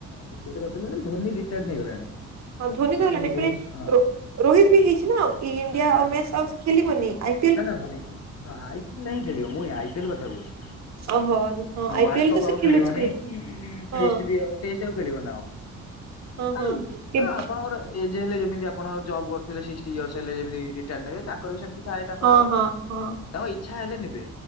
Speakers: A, on the left; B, on the right.
A: ‌ରିଟାଟ୍ କରିଦେଲେଣି ଧୋନି ରିଟାର୍ଡ ନେଇଗଲାଣି।
B: ହଁ ଧୋନି
A: କିନ୍ତୁ
B: ତ ହେଲାଣି ତପରେ
A: ରୋହିତ ହଁ
B: ରୋହିତ ବିହେଇଚିନା ଇଣ୍ଡିଆ
A: ନା ନା
B: ଆଉ ମିୟାଚ। <unintelligible>
A: <unintelligible> ମୁଁ ଆଇିଏଲ କଥା କହୁଚି।
B: ଓହୋ ହଁ
A: ଆଉ
B: ଆଇ
A: ୱାଲ
B: ପିଏଲ
A: କପ୍
B: ତ ସେ ଖେଲୁଛି
A: ଖେଳିବନି କି
B: ହଁ
A: ଟେଷ୍ଟ ବି ଆଉ ଟେଷ୍ଟ ଆଉ ଖେଳିବନି ନା
B: ହଁ
A: କଣ। <unintelligible>
B: ହଁ ଏ
A: ଏଜ୍ ହେଲେ ଯେମିତି ଆପଣ ଜବ୍ କରିଥିଲେ ସିକ୍ଟି ୟସ ହେଲେ ଯେମିତି ରିଟାର୍ ନେବେ ତାଙ୍କର ବି ସେମତି ଥାଏ। ଇଛା
B: ହଁ ହଁ ହଁ
A: ହେଲେ ନେବେ